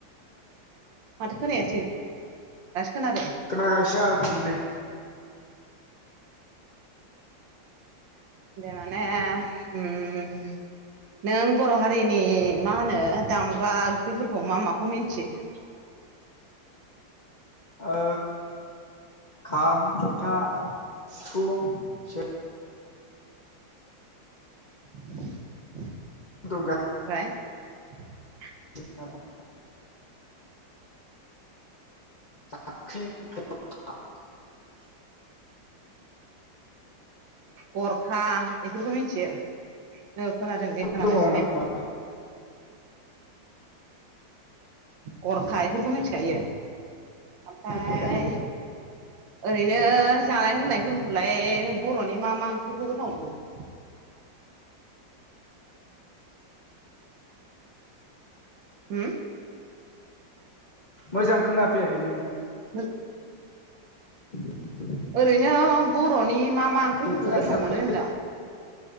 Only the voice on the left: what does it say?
खोना गासिनो आं बुं दे <inaudible>
ओ खाम, जथा, सिफुं, सेर
दं <unintelligible> जाबख्रिं <unintelligible>
दङ नामा
खोनायाखै
मोजां खोनाफैयाखै नों होननाय
<inaudible>
बोथोरा
जाबाय